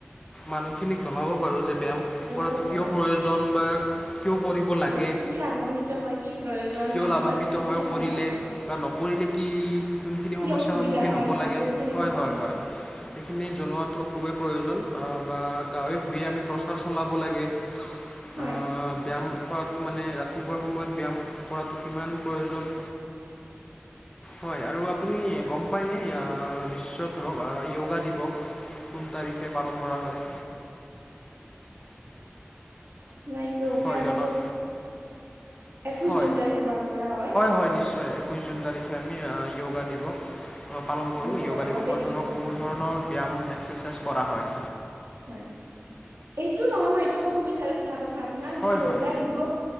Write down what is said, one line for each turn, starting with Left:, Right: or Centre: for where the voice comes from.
Left: মানুহখিনিক জনাব পাৰোঁ যে, ব্যায়াম
Right: জনাব
Left: কৰাটো
Right: পাৰো
Left: কিয় প্ৰয়োজন। পৰিজন বা। কিয় কৰিব লাগে,
Right: হয় কি লাভান্বিত হয় কি প্ৰয়োজন
Left: কিয়
Right: মানুহৰ
Left: লাভান্বিত
Right: কি
Left: হয়
Right: লাভ
Left: কৰিলে
Right: হয়
Left: বা। কৰিলে কি কোনখিনি
Right: কি
Left: সমস্যাৰ
Right: অসুবিধা
Left: সন্মুখীন
Right: হয়
Left: হ'ব
Right: হয়
Left: লাগে,
Right: বহুখিনি
Left: হয়
Right: ক্ষতি
Left: হয় হয়। সেইখিনি জনোৱাটো খুবেই প্ৰয়োজন, বা গাঁৱে ভূঞে আমি প্ৰচাৰ চলাব লাগে। <unintelligible>
Right: হয়
Left: ব্যায়াম কৰাটো মানে ৰাতিপুৱাৰ সময়ত ব্যায়াম কৰাটো কিমান প্ৰয়োজন। হয় আৰু আপুনি
Right: হয়
Left: গম পায়নে, বিশ্ব ধৰক দিৱস <unintelligible> কোন তাৰিখে পালন কৰা হয়।
Right: আপোনাক ক অগা
Left: হয় জনাব
Right: দিব <unintelligible> একৈশ
Left: হয়
Right: জুন তাৰিখে পালন কৰা হয়।
Left: হয় নিশ্চয়। একৈছ জুন তাৰিখে আমি যয়োগা দিৱস। আহ, পালন কৰোঁ।
Right: কৰো
Left: যয়োগা
Right: আমি
Left: দিৱসত
Right: গোটেই বিশ্বতে
Left: ধৰক বহুত
Right: হয়
Left: ধৰণৰ ব্যায়াম এক্সাৰচাইজ কৰা হয়।
Right: হয়, এইটো নহয় মই এইটো ক'ব বিচাৰো এটা কথা আপোনাক
Left: হয়
Right: যে যয়োগা
Left: হয়
Right: দিৱস।